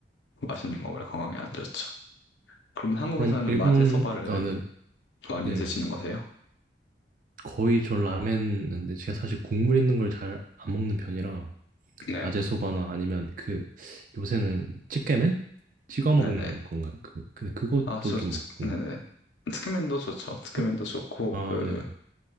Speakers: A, on the left; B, on the right.
A: 맛있는 거 원래 건강에 안 좋죠. 그럼 한국에서는
B: <laughs> 그럼 일본,
A: 마제소바를
B: 아, 네,
A: 많이
B: 네.
A: 드시는 거세요?
B: 거의 저 라멘인데 제가 사실 국물 있는 걸 잘 안 먹는 편이라
A: 네.
B: 아제소바나 아니면 그 요새는 찌개면 찍어 먹는
A: 네네.
B: 건가요? 그 근데 그것도
A: 아, 저,
B: 좀 먹고
A: 네네. 스키맨도 좋죠. 스키맨도
B: 그,
A: 좋고,
B: 아
A: 그,
B: 네네